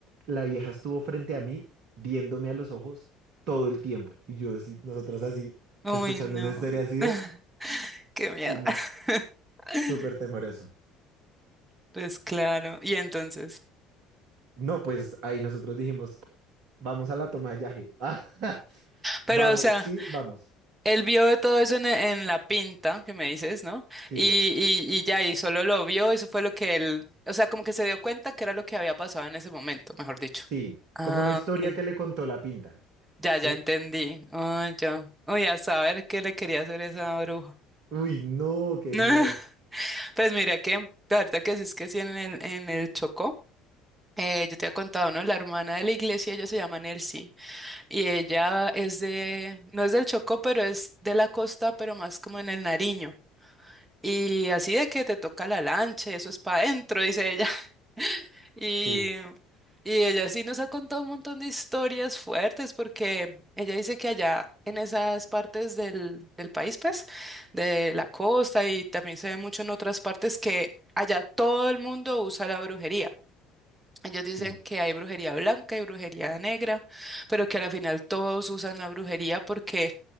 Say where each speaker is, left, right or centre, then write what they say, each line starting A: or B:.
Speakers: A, on the right; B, on the right.
A: la vieja estuvo frente a mí, viéndome a los ojos todo el tiempo. Y yo, así, nosotros así,
B: Uy,
A: escuchando
B: no.
A: esa historia así de
B: <laughs> Qué miedo.
A: "Ujú",
B: <laughs>
A: súper temeroso.
B: Pues claro. Y entonces.
A: No, pues ahí nosotros dijimos, vamos a la toma de yaje. <laughs>
B: Pero,
A: Vamos,
B: o sea,
A: sí, vamos.
B: él vio de todo eso en, en la pinta que me dices, ¿no?
A: Sí,
B: Y, y, y ya, y solo lo vio, eso fue lo que él. O sea, como que se dio cuenta que era lo que había pasado en ese momento, mejor dicho.
A: sí.
B: Ah,
A: Como una historia
B: ok.
A: que le contó la pinta.
B: Ya,
A: Sí.
B: ya entendí. Oh, ya. Uy, a saber qué le quería hacer esa bruja.
A: Uy, no, qué
B: <laughs>
A: miedo.
B: Pues mira que, ahorita que sí es que sí en el, en el Chocó, eh, yo te había contado, ¿no? La hermana de la iglesia, ella se llama Nelcy, y ella es de, no es del Chocó, pero es de la costa, pero más como en el Nariño. Y así de que te toca la lancha, eso es para adentro, dice ella. Y,
A: Sí,
B: y ella sí nos ha contado un montón de historias fuertes porque ella dice que allá en esas partes del, del país, pues, de la costa y también se ve mucho en otras partes que allá todo el mundo usa la brujería. Ellos dicen
A: sí.
B: que hay brujería blanca y brujería negra, pero que al final todos usan la brujería porque